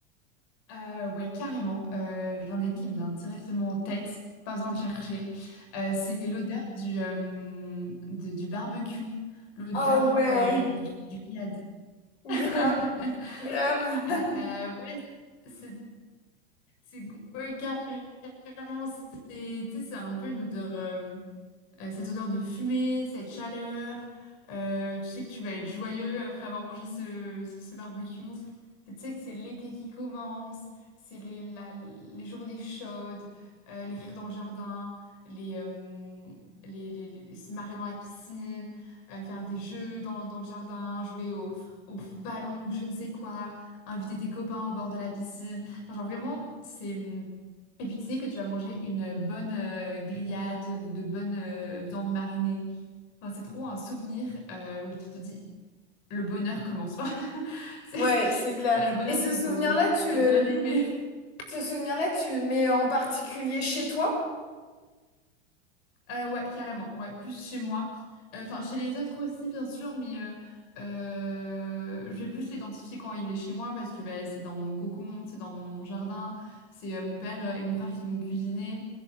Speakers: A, on the left (about 55°); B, on the left (about 85°).
A: Euh, ouais, carrément. Euh, j'en ai une qui me vient directement en tête, pas besoin de chercher. Euh, c'est l'odeur du, euh, de- du barbecue, l'odeur
B: Ah ouais,
A: euh, des grillades. <laughs>
B: grave, grave.
A: Euh, ouais, c'est c'est- ouais, carrément vraiment, c'est tu sais, c'est un peu une odeur, euh, euh, cette odeur de fumée, cette chaleur. euh, tu sais que tu vas être joyeux après avoir mangé ce, ce, ce barbecue. Tu sais que c'est l'été qui commence, c'est les, la- les journées chaudes, euh, les rires dans le jardin, les, euh, les, les, les- les- se marrer dans la piscine, euh, faire des jeux dans, dans le jardin, jouer au, au ballon ou je ne sais quoi, inviter tes copains au bord de la piscine. Enfin, Genre vraiment, c'est... Et puis tu sais que tu vas manger une bonne euh, grillade ou de bonnes euh, viandes marinées. Enfin, c'est trop un souvenir euh, où tu te dis le bonheur commence. Enfin, <laughs> c'est
B: Ouais, c'est clair.
A: bah, le bonheur,
B: Et ce
A: il
B: souvenir-là,
A: faut, faut être le
B: tu
A: reste
B: le,
A: de l'année, mais
B: ce souvenir-là, tu le mets en particulier chez toi?
A: euh, ouais, carrément, ouais, plus chez moi. Euh, Enfin, chez les autres aussi, bien sûr, mais euh, euh, je vais plus l'identifier quand il est chez moi parce que bah, c'est dans mon cocon, c'est dans mon jardin, c'est euh, mon père et mon frère qui vont cuisiner.